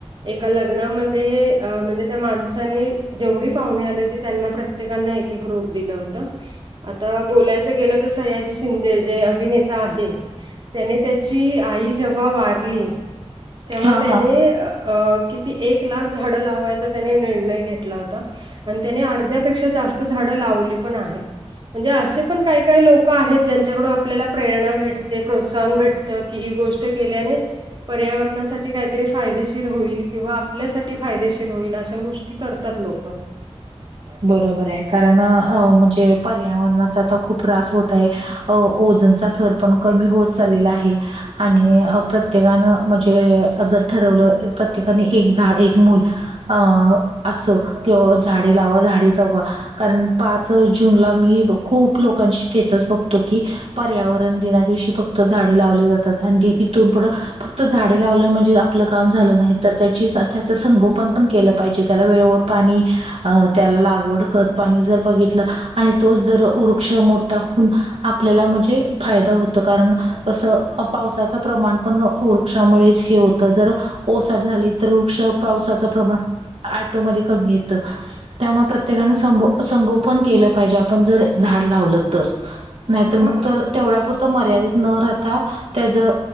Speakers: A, on the right (about 45°); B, on the right (about 70°).
A: एका लग्नामध्ये अ म्हणजे त्या माणसाने जेवढी पाहुणे आली होती त्यांना प्रत्येकाना एक एक रूप दिलं होतं आता बोलायचं गेलं तर सयाजी शिंदे जे अभिनेता आहे त्याने त्याची आई जेव्हा वारली तेव्हा
B: हा
A: त्याने
B: हा
A: अ किती? एक लाख झाड लावायचा त्याने निर्णय घेतला होता पण त्याने अर्ध्यापेक्षा जास्त झाडं लावली पण आहेत. म्हणजे असे पण काही काही लोक आहेत ज्यांच्याकडून आपल्याला प्रेरणा भेटते प्रोत्साहन भेटते की ही गोष्ट केल्याने पर्यावरणासाठी काहीतरी फायदेशीर होईल किंवा आपल्यासाठी फायदेशीर होईल अशा गोष्टी करतात लोक
B: बरोबर आहे कारण अ म्हणजे पर्यावरणाचा तर खूप त्रास होत आहे अ ओजनचा थर पण कमी होत चाललेला आहे आणि प्रत्येकानं म्हणजे जर ठरवलं प्रत्येकाने एक झाड एक मूल अ असं किंवा झाडे लावा झाडे जगवा कारण पाच जूनला मी खूप लोकांची स्टेटस बघतो की पर्यावरण दिनादिवशी फक्त झाडे लावली जातात, आणि दी ईथून पुढं फक्त झाडे लावलं म्हणजे आ पलं काम झालं नाही, तर त्याची त्याच संगोपण पण केलं पाहिजे. त्याला वेळेवर पाणी अ त्याला लागवड खत पाणी जर बघितलं आणि तोच जर वृक्ष मोठा हून आपल्याला म्हणजे फायदा होत, कारण कस पावसाच प्रमाण पण हो क्षामुळेच हे होत, जर ओसाट झाली तर वृक्ष पावसाचं प्रमाण ॲटोमधी कमी येतं त्यामुळं प्रत्येकानं संबो संगोपन केलं पाहिजे, आपण जर झाड लावलं तर. नाहीतर
A: हा
B: मग तर तेवढ्या पुुरत मर्यादित न राहता तेज अ